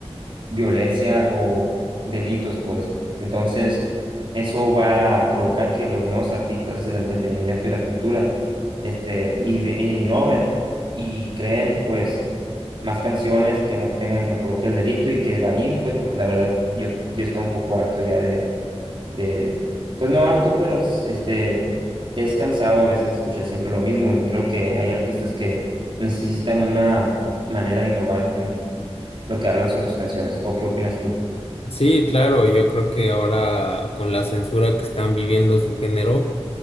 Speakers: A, on the right (about 50°); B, on the left (about 65°).
A: violencia o delitos, pues. Entonces, eso va a provocar que los nuevos artistas del entretenimiento y la cultura, este, y de- e innoven y creen, pues, más canciones que no tengan apología al delito y que varíen, pues, porque la verdad yo, yo estaba un poco harto ya de, de, pues no harto, pero s- este, es cansado a veces escuchar siempre lo mismo y creo que hay artistas que necesitan una manera de innovar lo que hablan sobre sus canciones. ¿O qué opinas tú?
B: Sí, claro, yo creo que ahora con la censura que están viviendo su género,